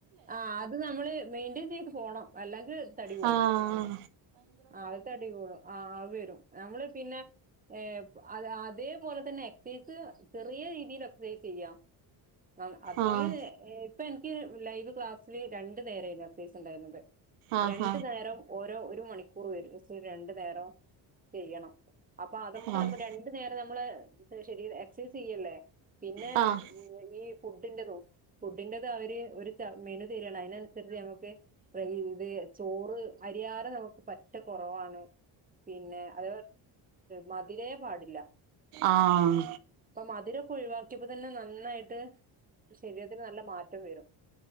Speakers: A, on the right (about 15°); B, on the right (about 85°).
A: ആ അത് നമ്മള് മെയിന്റ്റെയിൻ ചെയ്ത് പോണം അല്ലെങ്കിൽ തടി കൂടും
B: ആഹ
A: ആ അത് തടിികൂടും ആ് അ വരും നമ്മള് പിന്നെ ഏ അ അതേപോലെ തന്നെ എക്സൈസ് ചെറിയ രീതിയിലൊെ ീത് ചെയ്യ ന അതില
B: ആഹ്
A: ഇപ്പൊ എനിക്ക് ലൈവ് ക്ലാസ്സിില് രണ്ടു നേരമായിരുന്നു അ സീസ് ഉണ്ടായിരുന്നത്
B: ആഹ്
A: രണ്ടു നേരം ഓരോ മണിക്കർ പ വരും പക്ഷ രണ്ട് നേ നേരോ ചെയ്യണം അപ്പൊ അതൊക്കെ
B: ആഹ് ആഹ്
A: നമ്മള് രണ്ടു നേരം നമ്മള് ഉ ശ എക്സസൈസ് ചെയ്യല്ലേ പിന്നെ
B: ആഹ്
A: ഈ ഫുഡിറതും ഫുഡിറത അവര് ഒരു മെനു തരണം അതിനനുസരിച്ച് നമുക്ക് ഇത് ചോറ് അരിയാറ് നമുക്ക് പറ്റ റവാണ് പിന്നെ അ മധര പാടില്ല
B: ആഹ്
A: മരെ ഒ അ തന്നെ നന്നായിട്ട് ശരീരത്തിന് നല്ല മാറ്റം വരും